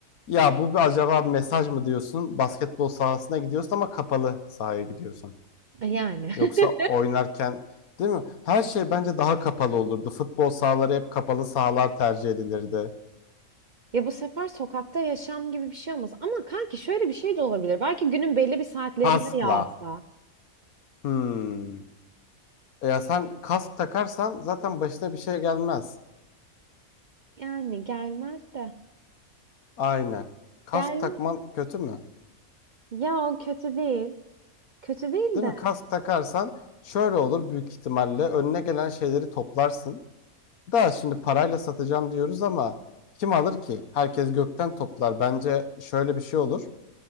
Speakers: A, on the left; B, on the right.
A: Ya bu bir acaba bir mesaj mı diyorsun? Basketbol sahasına gidiyorsun ama kapalı sahaya gidiyorsun.
B: Yani.
A: Yoksa
B: <laughs>
A: oynarken değil mi? Her şey bence daha kapalı olurdu. Futbol sahaları hep kapalı sahalar tercih edilirdi.
B: Ya bu sefer sokakta yaşam gibi bir şey olmaz. Ama kanki şöyle bir şey de olabilir. Belki günün belli bir saatlerinde
A: Kaskla.
B: yağsa.
A: Hmm. E Ya sen kask takarsan zaten başına bir şey gelmez.
B: Yani gelmez de.
A: Aynen. Kask
B: Gelmez.
A: takman kötü mü?
B: Ya o kötü değil. Kötü değil
A: Değil
B: de.
A: mi? Kask takarsan şöyle olur büyük ihtimalle önüne gelen şeyleri toplarsın. Daha şimdi parayla satacağım diyoruz ama kim alır ki? Herkes gökten toplar. Bence şöyle bir şey olur.